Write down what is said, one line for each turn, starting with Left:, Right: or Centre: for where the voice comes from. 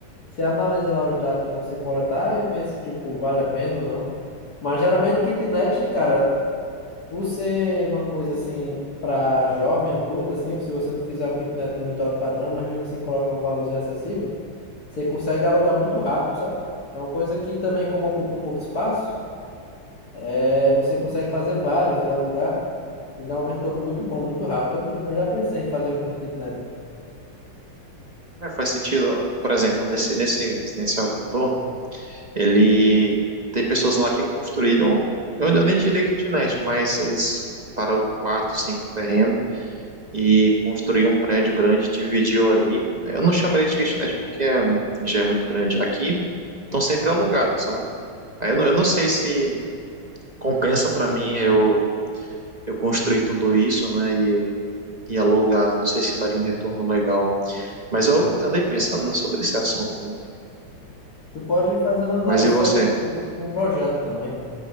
Left: Você analisa lá os dados que você coletar e vê se, tipo, vale a pena ou não. Mas geralmente kitnet, cara, por ser uma coisa assim para jovem, adulto, assim, se você não fizer o que não tem muito alto padrão, mas mesmo assim colocar um valorzinho acessível, você consegue alugar muito rápido, sabe? É uma coisa que também, como ocupa um pouco espaço, é, você consegue fazer vários e alugar e dar um retorno muito bom, muito rápido. Eu, eu já pensei em fazer com os kitnets.
Right: É, faz sentido, ó. por exemplo, nesse, nesse residencial que eu tô, Ele tem pessoas lá que construíram, eu, eu nem diria kitnet, mas eles compraram quatro, cinco terrenos e construiu um prédio grande, dividiu ali. Eu não chamaria de kitnet porque é- já é muito grande. Aqui estão sempre alugados, sabe? Aí eu não, eu não sei se compensa para mim eu, eu construir tudo isso, né, e, e alugar. Não sei se daria um retorno legal. Mas eu andei pensando né, sobre esse assunto.
Left: Tu pode fazer uma análise,
Right: Mas e você?
Left: faz, tipo, com um projeto também.